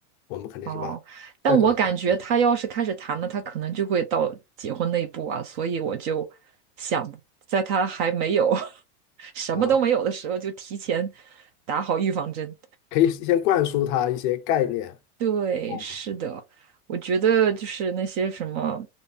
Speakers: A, on the left; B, on the right.
A: 我们肯定什么再走一儿
B: 哦，但我感觉他要是开始谈了，他可能就会到结婚那一步啊，所以我就想，在他还没有 <laughs> 什么都没有的时候，
A: 啊，
B: 就提前打好预防针。
A: 可以先灌输他一些概念。
B: 对，
A: 啊。
B: 是的，我觉得就是那些什么，